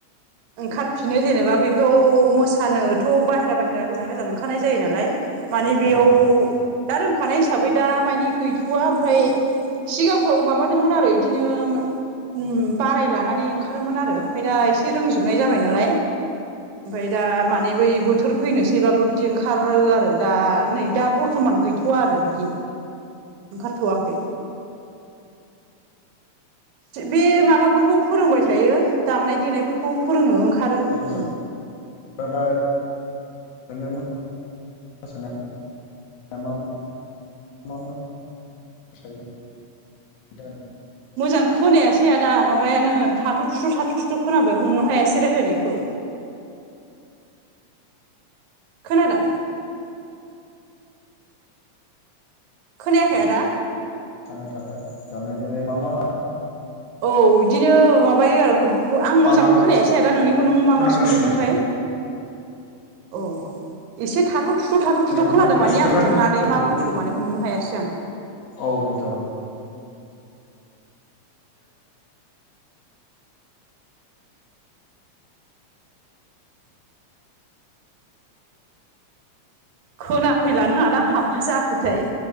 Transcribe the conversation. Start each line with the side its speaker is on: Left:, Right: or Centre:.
Right: ओंखारफिनो जेनेबा बे बेफ्राव मोसानोथ बाहेरा बाहेरा गोजान गोजान ओंखारनाय जायो नालाय। माने बेयाव
Left: अ औ
Right: दा रोंखानाय हिसाबै दा मानिे गैथवा ओमफ्राय सिगांफ्राव माबादोंमोन आरो बिदिनो उम बाराय लानानै ओंखारोमोन आरो ओमफ्राय दा एसे रोंजोबनाय जाबाय नालाय ओमफाय दा माने बै बोथोर फैनोसैबाल' बिदि ओंखारो आरो दा नै दा बरथमान गैथ थवा आरो बिदि ओंखारथवाखै बे माबाफोरखौ फोरोंबाय थायो दामनाय देनायफोरखौ फोरोङो ओंखारो
Left: सरासनस्रा
Right: ओं
Left: <unintelligible> <unintelligible>
Right: मोजां खोनायासै आदा माबायानो थाथ थुथु थाथ थुथु खोनाबाय हमनो हायासै रायलायनायखौ खोनादों खोनायाखै
Left: मोसानाय
Right: आदा
Left: थाबाय दामनाय देनाय मा मा
Right: औ इदिनो माबायो आरो गथफोरखौ आं मोजां
Left: आंनावथ'
Right: खोनायासै आदा नोंनिखौ नों मा
Left: खोनागासिनो
Right: मा सोंदोंमोनथाय अ एसे थाथ थुथु थाथ थुथु
Left: आंना
Right: खोनादों
Left: खोनागासिनो
Right: माने आं नों आदाया मा बुंखो मान हमनो हायासै <unintelligible>
Left: औ बेनोथ
Right: खोनाफैलानो आदा आंहा मा जाखोथाय